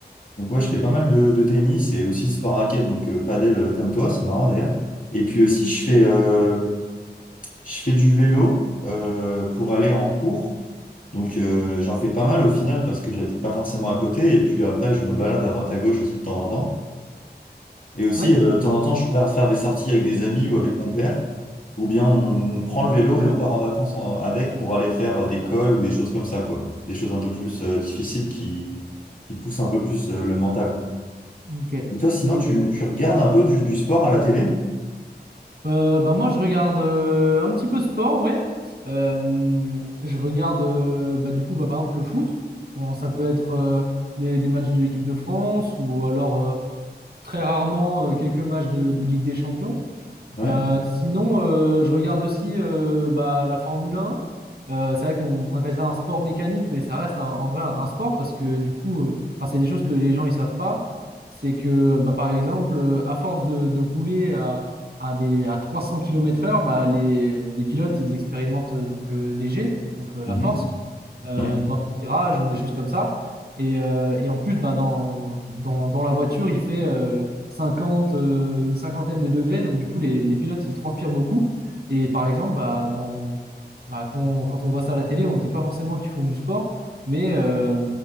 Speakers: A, on the left; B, on the right.
A: Donc ouais, je
B: mhm,
A: fais pas mal de, de tennis et aussi de sport raquette, donc euh, padel euh, comme toi, c'est marrant d'ailleurs. Et puis aussi, je fais, euh, je fais du vélo euh, pour aller en cours. Donc euh, j'en fais pas mal au final parce que j'habite pas forcément à côté. Et puis après, je me balade à droite à gauche aussi de temps en temps. Et aussi,
B: ouais,
A: euh, de temps en temps, je peux faire des sorties avec des amis ou avec mon père, ou bien on prend le vélo et on part en vacances en- avec pour aller faire euh, des cols ou des choses comme ça, quoi. Des choses un peu plus euh, difficiles qui, qui poussent un peu plus euh, le mental.
B: ok.
A: Et toi, sinon,
B: Et,
A: tu,
B: euh,
A: tu regardes un peu du, du sport à la télé?
B: Euh, bah moi, je regarde euh, un petit peu sport, ouais. Euh, je regarde, euh, bah, du coup, bah, par exemple, le foot, quand ça peut être euh, les- des matchs de l'équipe de France ou alors euh, très rarement euh, quelques matchs de, de Ligue des Champions.
A: Ouais.
B: Euh, sinon, euh, je regarde aussi euh, bah, la Formule 1. Euh, c'est vrai qu'on on appelle ça un sport mécanique, mais ça reste un- en vrai un, un sport parce que du coup, euh, enfin, c'est des choses que les gens ils savent pas. C'est que bah, par exemple, euh, à force de, de rouler à, à, des, à 300 km/h, bah, les, les pilotes ils expérimentent euh, donc euh, des jets, donc euh,
A: Mhm.
B: la force, euh,
A: Ouais.
B: dans les virages ou des choses comme ça. Et, euh, et en plus, bah, dans, dans, dans la voiture, il fait euh, 50, euh, une cinquantaine de degrés. Donc, du coup, les, les pilotes, ils transpirent beaucoup. Et par exemple, bah, dans, bah, quand, quand on voit ça à la télé, on se dit pas forcément qu'ils font du sport. Mais euh,